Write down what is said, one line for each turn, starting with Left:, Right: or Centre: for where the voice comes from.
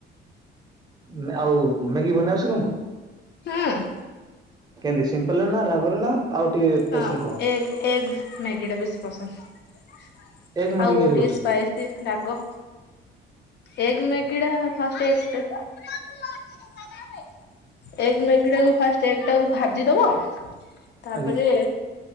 Right: ମ୍ୟା ଆଉ ମ୍ୟାଗି ବନେଇ ଆସେ ତମୁକୁ?
Left: ହଁ।
Right: କେମତି ସିମ୍ପଲ୍ ରେ ନା? ରାଗରେ ନା? ଆଉ ଟିକେ ସ୍ପେଶଲ୍
Left: ହଁ
Right: କଣ?
Left: ଏଗ୍ ଏଗ୍ ମ୍ୟାଗି ଟା ବେଶୀ ପସନ୍ଦ୍।
Right: ଏଗ ମ୍ୟାଗି
Left: ଆଉ
Right: କେମିତି
Left: ଟିକେ
Right: କରୁଛନ୍ତି
Left: ସ୍ପାଇସିସ୍ ରାଗ। ଏଗ୍ ମ୍ୟାଗିଟା ଫାଷ୍ଟେ ତେଲ ଏଗ୍ ମେଗି ଟାକୁ ଫାଷ୍ଟେ ଏଗ୍ ଟାକୁ ଭାଜି ଦବ। ତାପରେ
Right: ଆଜ୍ଞା